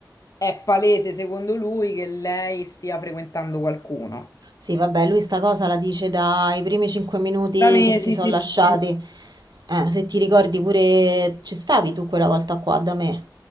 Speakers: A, on the left (about 50°); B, on the right (about 70°).
A: è palese, secondo lui, che lei stia frequentando qualcuno.
B: Sì, vabbè, lui sta cosa la dice dai primi cinque minuti
A: Da me,
B: che si
A: sì,
B: sono
A: sì,
B: lasciati.
A: sì. sì.
B: Eh, se ti ricordi pure, ci stavi tu quella volta qua da me.